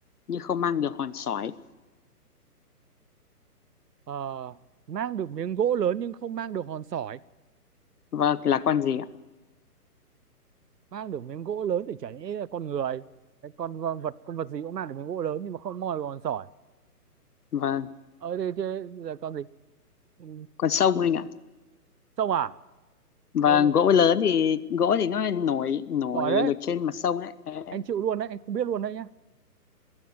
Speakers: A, on the left; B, on the right.
A: nhưng không mang được hòn sỏi.
B: Ờ, mang được miếng gỗ lớn nhưng không mang được hòn sỏi.
A: Vâng, là con gì ạ?
B: Mang được miếng gỗ lớn thì chẳng nhẽ là con người. Cái con v- vật con vật gì cũng mang được miếng gỗ lớn nhưng mà không moi được hòn sỏi.
A: Vâng,
B: Ờ thế thế là con gì? Ừ,
A: con sông anh ạ.
B: Sông à?
A: Vâng,
B: Ừ,
A: gỗ lớn thì gỗ thì nó nổi nổi
B: giỏi đấy.
A: được trên mặt sông ấy. Đấy.
B: Anh chịu luôn đấy, anh không biết luôn đấy nhá.